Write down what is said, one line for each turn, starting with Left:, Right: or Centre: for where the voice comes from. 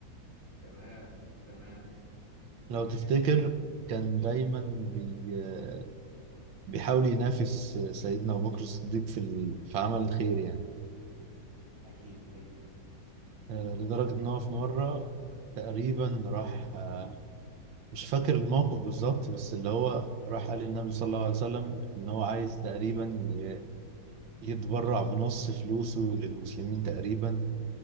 Left: تمام تمام
Right: لو
Left: ماشي
Right: تفتكر كان دايما بي آه، بيحاول ينافس آه، سيدنا أبو بكر الصديق في ال- في عمل الخير يعني
Left: اكيد ايوه
Right: آه، لدرجة إن هو في مرة تقريبا راح آه، مش فاكر الموقف بالظبط بس اللي هو راح قال للنبي صلى الله عليه وسلم إن هو عايز تقريبا ي- يتبرع بنص فلوسه للمسلمين تقريبا